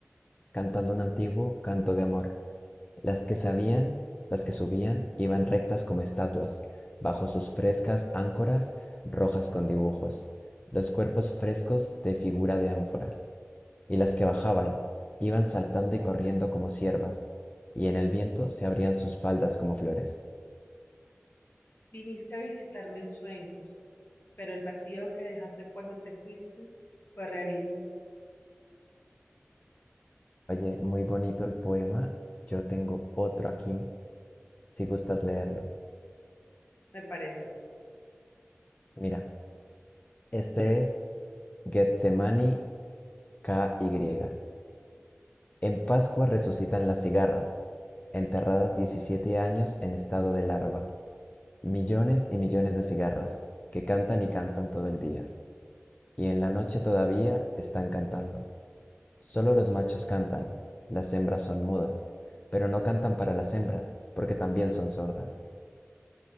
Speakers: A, on the left (about 30°); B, on the left (about 50°).
A: cantando un antiguo canto de amor. Las que sabían, las que subían, iban rectas como estatuas, bajo sus frescas áncoras rojas con dibujos, los cuerpos frescos de figura de ánfora. y las que bajaban iban saltando y corriendo como ciervas, y en el viento se abrían sus faldas como flores.
B: Viniste a visitarme en sueños, pero el vacío que dejaste cuando te fuiste fue realidad,
A: Oye, muy bonito el poema. Yo tengo otro aquí, si gustas leerlo.
B: me parece.
A: Mira, este es Getsemani k KY. En Pascua resucitan las cigarras, enterradas 17 años en estado de larva, millones y millones de cigarras, que cantan y cantan todo el día, y en la noche todavía están cantando. Solo los machos cantan, las hembras son mudas, pero no cantan para las hembras, porque también son sordas.